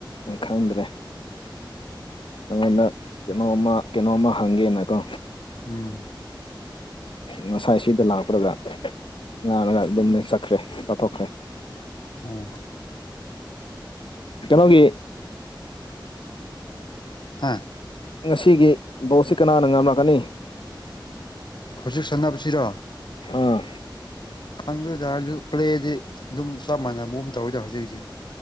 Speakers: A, on the left (about 85°); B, on the left (about 65°).
A: ꯈꯪꯗ꯭ꯔꯦ ꯅꯉꯣꯟꯗ ꯀꯩꯅꯣꯝꯃ ꯀꯩꯅꯣꯝꯃ ꯍꯪꯒꯦꯅꯀꯣ
B: ꯎꯝ
A: ꯉꯁꯥꯏ ꯁꯤꯗ ꯂꯥꯛꯄꯨꯔꯒ ꯉꯥꯔꯒ ꯑꯗꯨꯝ ꯆꯠꯈ꯭ꯔꯦ ꯆꯥꯊꯣꯛꯈ꯭ꯔꯦ
B: ꯎꯝ
A: ꯀꯩꯅꯣꯒꯤ
B: ꯍꯥꯥ
A: ꯉꯁꯤꯒꯤ ꯕꯣꯠꯁꯤ ꯀꯅꯥꯅ ꯉꯝꯂꯛꯀꯅꯤ
B: ꯍꯧꯖꯤꯛ ꯁꯥꯟꯅꯕꯁꯤꯔꯣ
A: ꯑꯥ
B: ꯈꯪꯗꯣꯏꯗꯔ ꯄ꯭ꯂꯦꯗꯤ ꯑꯗꯨꯝ ꯆꯞ ꯃꯥꯟꯅꯕꯝ ꯇꯧꯋꯤꯗ ꯍꯧꯖꯤꯛꯁꯤ